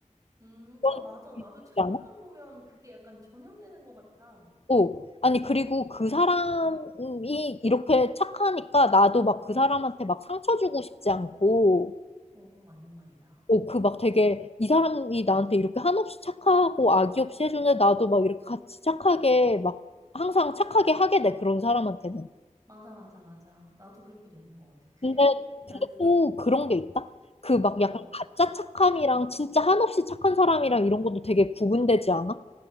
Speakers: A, on the right (about 25°); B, on the left (about 50°).
A: 음,
B: 그런
A: 어, 맞아.
B: 게
A: 나도
B: 있지
A: 착한
B: 않아?
A: 사람 보면 그게 약간 전염되는 것 같아.
B: 어. 아니, 그리고 그 사람이 이렇게 착하니까 나도 막 그 사람한테 막 상처 주고 싶지 않고,
A: 어, 맞는 말이다.
B: 어, 그 막 되게 이 사람이 나한테 이렇게 한없이 착하고 악의 없이 해주는데 나도 막 이렇게 같이 착하게 막 항상 착하게 하게 돼, 그런 사람한테는.
A: 맞아, 맞아, 맞아. 나도 그렇게 되는 것 같아. 그게,
B: 근데,
A: 그러니까,
B: 근데 또 그런 게 있다? 그 막 약간
A: 뭐?
B: 가짜 착함이랑 진짜 한없이 착한 사람이랑 이런 것도 되게 구분되지 않아?